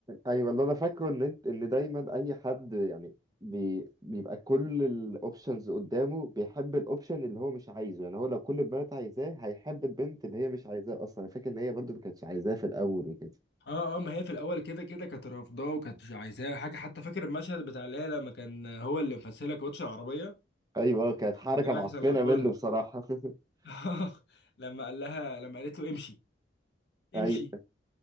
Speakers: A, on the right; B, on the left.
A: ايوه اللي انا فاكره ان انت ان دايما اي حد يعني بي بيبقى كل الاوبشنز قدامه بيحب الاوبشن اللي هو مش عايزه يعني هو لو كل البنات عايزاه هيحب البنت اللي هي مش عايزاه اصلا انا فاكر ان هي برضو ما كانتش عايزاه في الاول وكده
B: اه اه ما هي في الاول كده كده كانت رافضاه وكانت مش عايزاه حاجه حتى فاكر المشهد بتاع اللي هي لما كان هو اللي مفسلها كاوتش العربيه
A: ايوه آه، كانت حركه
B: كان رايح
A: معفنه
B: يصلحه
A: منه
B: لها
A: بصراحه <laughs>
B: <laughs> لما قال لها لما قالت له امشي
A: ايوه
B: امشي